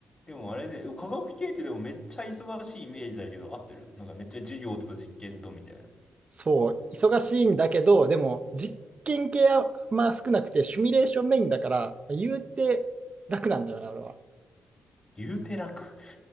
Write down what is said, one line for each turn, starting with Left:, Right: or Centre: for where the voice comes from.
Left: でもあれで、科学系ってでもめっちゃ忙しいイメージだけど、合ってるなんかめっちゃ授業と実験とみたいな。
Right: そう、忙しいんだけど、でも実験系はまあ少なくて、シミュレーションメインだから、言うて楽なんだよね、俺は。
Left: 言うて楽。